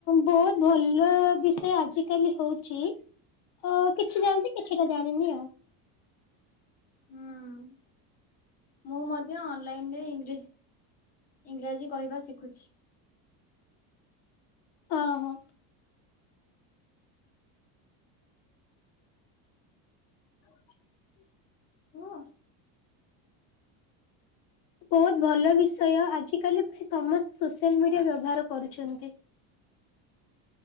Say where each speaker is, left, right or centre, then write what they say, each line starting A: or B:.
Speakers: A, on the left; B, on the left.
A: ବହୁତ ଭଲ ବିଷୟ ଆଜିକାଲି ହଉଛି। ହ କିଛି ଜାଣିଛି କିଛିଟା ଜାଣିନି ଆଉ।
B: ହଁ ମୁଁ ମଧ୍ୟ ଅନଲାଇନରେ ଇଂଜ ଇଂରାଜୀ କହିବା ଶିଖୁଛି।
A: ଅ ହ ହ <unintelligible>
B: କୁହ
A: ବହୁତ ଭଲ ବିଷୟ ଆଜିକାଲି ପ୍ରାୟ ସମସ୍ତେ ସୋସିଆଲ ମିଡିଆ ବ୍ୟବହାର କରୁଛନ୍ତି।